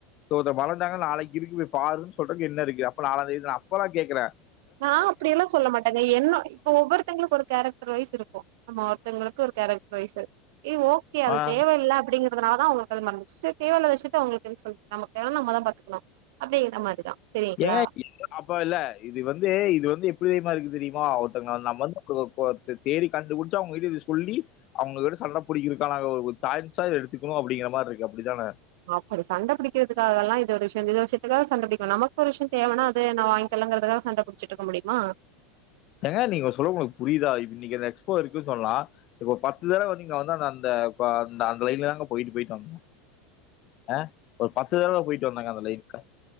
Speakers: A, on the left (about 40°); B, on the right (about 70°).
A: சோ இத மறந்துட்டாங்க நாளைக்கு இருக்கு போய் பாருன் சொல்றக்கு என்னருக்கு அப்ப நாளாந்தேதிதா அப்பலா கேக்குற
B: நா அப்டியெல்லா சொல்ல மாட்டேங்க என்னோ இப்போ ஒவ்வொருத்தவங்களுக் ஒரு கேரக்டர் வைஸ் இருக்கு நம்ம ஒருத்தவங்களுக்கு ஒரு கேரக்டர் வைஸு எ ஓகே அது
A: ஆ.
B: தேவயில்ல அப்டிங்க அதனாலதா அவங்களுக்கு அது மறந்ச்சு செ தேவ இல்லாத விஷயத்த அவங்ளுக் எதுக் சொல் நமக்கு தேவனா நம்மதா பாத்துக்கனு அப்டிங்கற மாரிதா சரிங்களா
A: ஏங்க இல் அப்ப இல்ல இது வந்து இது வந்து எப்டி தெரிமா இருக்கு தெரியுமா ஒருத்தங்கள நம்ம வந்து க்ளோ <unintelligible> தேடி கண்டுபுடிச்சு அவங்கிட்ட இத சொல்லி அவங்ககிட்ட சண்ட புடிக்கிறதுக்கான ஒ ஒரு ஜான்சா இத எடுத்துக்கணு அப்டிங்கிற மார்ருக்கு அப்டிதான
B: அப்படி சண்ட புடிக்கிறதுக்காகெல்லா இது ஒரு விஷயோன் சொ இந்த விஷயத்துக்காக சண்ட பிடிக்கனா நமக்கு ஒரு விஷயோ தேவனா அதை நா வாங் சொல்லங்றதுக்காக சண்ட புடிச்சுட்டு இருக்க முடியுமா
A: ஏங்க நீங்க சொல்ல உங்களுக்கு புரியுதா இன்னைக்கு இந்த எக்ஸ்போ இருக்குன்னு சொல்லலா இப்போ பத்து தடவ வந்து நீங்க வந்து அந்த அந்த ப அந்த அந்த லைன்ல தாங்க போயிட்டு போயிட்டு வந்தேங் அ ஒரு பத்து தடவ போயிட்டு வந்தங்க அந்த லைனுக்கு